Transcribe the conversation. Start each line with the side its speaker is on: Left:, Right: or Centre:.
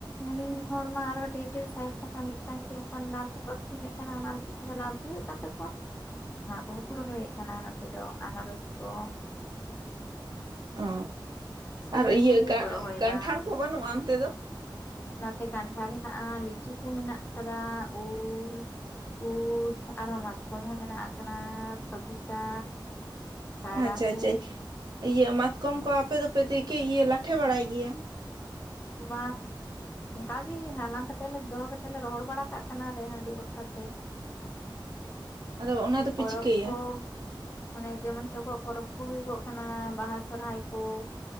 Left: ᱩᱱᱤ ᱦᱚᱲᱢᱟ ᱟᱨᱦᱚᱸ ᱰᱮᱲ ᱰᱮᱲ ᱥᱟᱹᱭᱴ ᱴᱟᱠᱟ ᱢᱤᱫᱴᱟᱝ ᱛᱮ ᱚᱱᱠᱟᱱ ᱫᱟᱢ ᱛᱮᱠᱚ ᱟᱹᱷᱨᱤᱧᱮᱫ ᱠᱟᱱᱟ ᱚᱱᱟ ᱞᱟᱹᱜᱤᱫ ᱞᱟᱵᱷ ᱦᱩᱭᱩᱜ ᱠᱟᱱ ᱛᱟᱠᱚᱣᱟ ᱚᱱᱟ ᱠᱚᱦᱚᱸ ᱠᱚ ᱨᱚᱦᱚᱭᱮᱫ ᱠᱟᱱᱟ ᱱᱚᱛᱮ ᱫᱚ ᱟᱱᱟᱨᱚᱥ ᱠᱚ ᱾
Right: ᱚ
Left: ᱢᱟᱱᱮ
Right: ᱟᱨ
Left: ᱡᱚᱛᱚ
Right: ᱤᱭᱟᱹ
Left: ᱜᱮᱠᱚ
Right: ᱠᱟᱸ
Left: ᱨᱚᱦᱚᱭᱮᱫᱟ
Right: ᱠᱟᱱᱴᱷᱟᱲ ᱠᱚ ᱵᱟᱹᱱᱩᱜᱼᱟ ᱚᱱᱛᱮ ᱫᱚ?
Left: ᱱᱚᱛᱮ ᱠᱟᱱᱴᱷᱟᱲ ᱦᱮᱱᱟᱜᱼᱟ ᱞᱤᱪᱩ ᱠᱚ ᱢᱮᱱᱟᱜ ᱟᱠᱟᱫᱟ ᱩᱞ, ᱩᱞ ᱟᱨᱚᱸ ᱢᱟᱛᱠᱚᱢ ᱦᱚᱸ ᱢᱮᱱᱟᱜ ᱟᱠᱟᱫᱟ ᱯᱟᱯᱤᱛᱟ, ᱠᱟᱭᱨᱟ
Right: ᱟᱪᱪᱷᱟ
Left: ᱠᱚ
Right: ᱟᱪᱪᱷᱟ ᱤᱭᱟᱹ ᱢᱟᱛᱠᱚᱢ ᱠᱚ ᱟᱯᱮ ᱫᱚᱯᱮ ᱛᱮᱠᱮ ᱤᱭᱟᱹ ᱞᱟᱴᱷᱮ ᱵᱟᱲᱟᱭ ᱜᱮᱭᱟ?
Left: ᱵᱟᱝ ᱾ ᱮᱱᱠᱟᱹᱜ ᱜᱮ ᱦᱟᱞᱟᱝ ᱠᱟᱛᱮ ᱞᱮ ᱫᱚᱦᱚ ᱠᱟᱛᱮ ᱞᱮ ᱨᱚᱦᱚᱲ ᱵᱟᱲᱟ ᱠᱟᱜ ᱠᱟᱱᱟᱞ ᱦᱟᱺᱰᱤ ᱵᱟᱠᱷᱨᱟ ᱛᱮ ᱾
Right: ᱟᱫᱚ ᱚᱱᱟ ᱫᱚᱯᱮ
Left: ᱯᱚᱨᱚᱵᱽ
Right: ᱪᱤᱠᱟᱹᱭᱟ
Left: ᱠᱚ ᱢᱟᱱᱮ ᱡᱮᱢᱚᱱ ᱠᱤ ᱟᱵᱚᱣᱟᱜ ᱯᱚᱨᱚᱵᱽ ᱠᱚ ᱦᱩᱭᱩᱜᱚᱸᱜ ᱠᱟᱱᱟ ᱵᱟᱦᱟ ᱥᱚᱦᱚᱨᱟᱭ ᱠᱚ ᱾